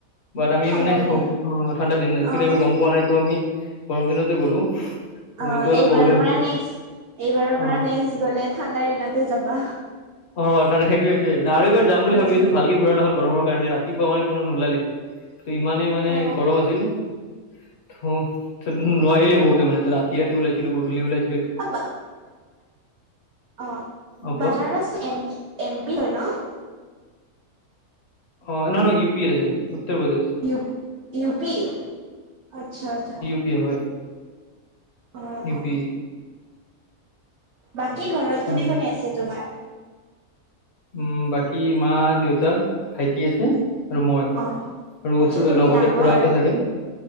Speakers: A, on the left; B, on the right.
A: বাট আমি
B: ঠাণ্ডাৰ
A: মানে সৌব
B: দিন
A: হ ঠাণ্ডা দিন কেলে
B: অ
A: আমি গম পোৱা নাই ত মি গৰম দিনতে গ'লো। এইটো
B: অ
A: অলপ
B: এইবাৰৰ
A: প্ৰব্লেম
B: পৰা
A: হ'ল।
B: নেক্সট, এইবাৰৰ
A: অ
B: পৰা নেক্সট গলে ঠাণ্ডাৰ দিনতে যাবা।
A: অ ঠান সেইটোৱে সেইটোৱে দাৰু এইবাৰ যাম বুলি
B: উম
A: ভাবি আছো ভালকে ঘূৰা নহল গৰমৰ কাৰণে ৰাত- তি কোৱা মানে কোনো নোলালেই, টি ইমানেই মানে
B: অ
A: গৰম আছিল। থু নোৱাৰিলে বহুতে মানে সেইটো ৰাতি ৰাতি ওলাইছিলো গধূলি ওলাই
B: অ <unintelligible> অ
A: অ কোৱা
B: বনাৰস এম এম পি ধয় ন।
A: অ নহয় নহয় ইউ পিৰ আছে Uttar Pradesh.
B: U U P আত্চ্ছা আতা
A: পিয় হয়।
B: অ
A: ইউ
B: অ
A: পি
B: বাকী ঘৰত কোনে
A: উম
B: কোনে আছে তোমাৰ?
A: উম বাকী মা, দেউতা, ভাইটি আছে। আৰু মই
B: অ অ
A: আৰু
B: আচ্ছা
A: উচুতে
B: তুমি
A: লগতে
B: ডাঙৰ
A: খুৰাহতে থাকে।